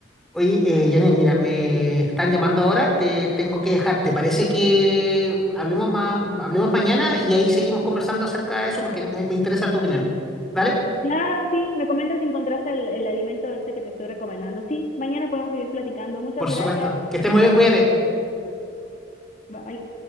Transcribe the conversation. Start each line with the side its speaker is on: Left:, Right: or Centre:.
Centre: Oye, eh, Janine, mira, me están llamando ahora, te tengo que dejar. ¿Te parece que hablemos ma- hablemos mañana y ahí seguimos conversando acerca de eso porque me, me interesa tu opinión? ¿Vale?
Left: Claro, sí, me comentas si encontraste el, el alimento este que te estoy recomendando. Sí, mañana podemos seguir platicando. Muchas
Centre: Por
Left: gracias.
Centre: supuesto. Que estés muy bien, cuídate.
Left: Bye.